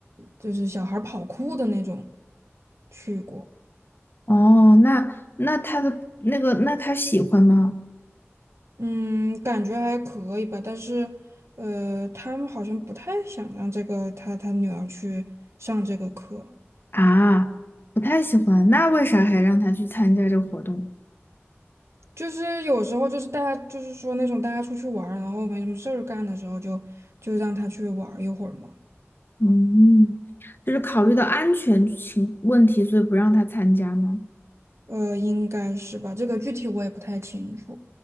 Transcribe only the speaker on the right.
就是小孩儿跑酷的那种去过，
嗯，感觉还可以吧，但是呃，他们好像不太想让这个他他女儿去上这个课。
就是有时候就是大家就是说那种大家出去玩儿，然后没什么事儿干的时候就，就让他去玩儿一会儿嘛。
呃，应该是吧，这个具体我也不太清楚。